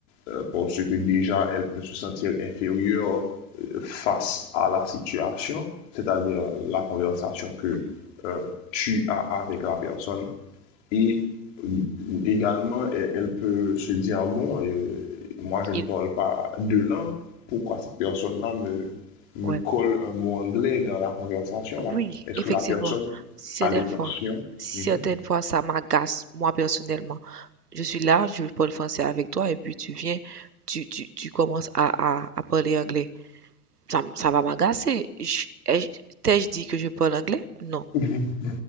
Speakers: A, on the left; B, on the right.
A: euh, parce que déjà elle peut se sentir inférieure euh, face à la situation, c'est-à-dire la conversation que
B: mhm.
A: euh, tu as avec la personne et euh, également, elle, elle peut se dire, ah bon, euh, moi je
B: Il-
A: ne parle pas deux langues, pourquoi cette personne-là me, me
B: ouais.
A: colle un mot anglais dans la conversation
B: Oui,
A: là? Est-ce
B: effectivement.
A: que la personne
B: Certaines
A: a l'intention?
B: fois, certaines
A: Mhm,
B: fois, ça m'agace, moi personnellement. Je suis là, je parle français avec toi, et puis tu viens, tu, tu, tu commences à, à, à parler anglais. Ça, m- ça va m'agacer. Je- ai-je- T'ai-je dit que je parle anglais? Non.
A: mhm,